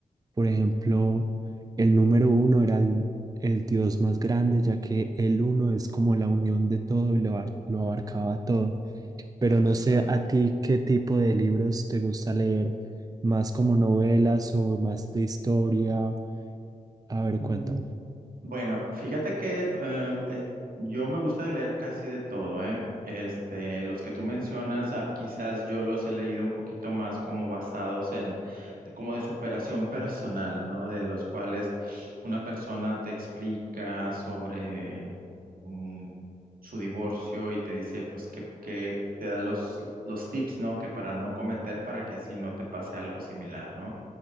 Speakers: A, on the right; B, on the right.
A: por ejemplo, el número uno era el, el dios más grande, ya que el uno es como la unión de todo y lo, lo abarcaba todo. Pero no
B: Ándale.
A: sé a ti qué tipo de libros te gusta leer, más como novelas o más de historia. A ver,
B: Mm,
A: cuéntame.
B: Bueno, fíjate que em, es- yo me gusta leer casi de todo, ¿eh? Este, los que tú mencionas, ah, quizás yo los he leído un poquito más como basados en, de- como de superación personal, ¿no? De los cuales una persona te explica sobre mm, su divorcio y te dice, pues, que, que te da los, los tips, ¿no? Que para no cometer, para que así no te pase algo similar, ¿no?